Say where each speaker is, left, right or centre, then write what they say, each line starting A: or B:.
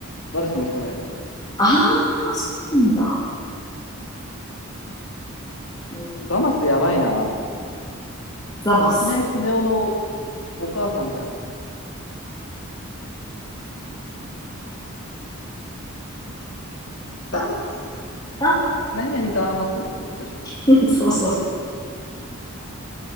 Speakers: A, on the left (about 65°); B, on the left (about 15°).
A: バルスの人の映画です。
B: ああー、そうなんだ。うん、
A: ザマスやばいな。
B: ザマス。
A: いきなりスネ夫のお母さんじゃん。
B: ザマス。
A: ザマス
B: あ
A: 何々ざーますってことでしょ。
B: ー <laughs> そうそうそう。